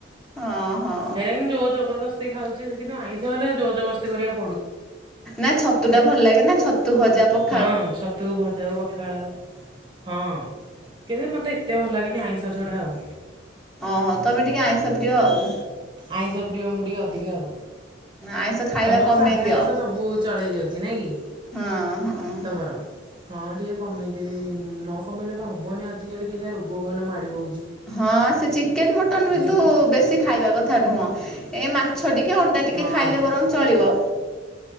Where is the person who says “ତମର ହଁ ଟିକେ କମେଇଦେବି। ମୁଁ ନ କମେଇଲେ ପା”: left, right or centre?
Right